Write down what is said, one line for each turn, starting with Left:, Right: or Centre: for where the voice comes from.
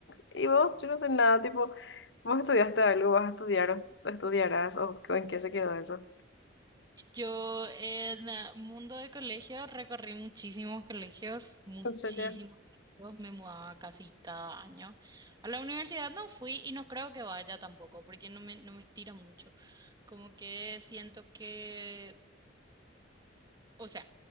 Left: Y vos, yo no sé nada, tipo, vos estudiaste algo, vas a estudiar o estudiarás o en qué se quedó eso.
Right: Yo en eh, mundo de colegio recorrí muchísimos colegios, muchísimos
Left: En serio.
Right: colegios, me mudaba casi cada año. A la universidad no fui y no creo que vaya tampoco, porque no me, no me estira mucho. Como que siento que, o sea,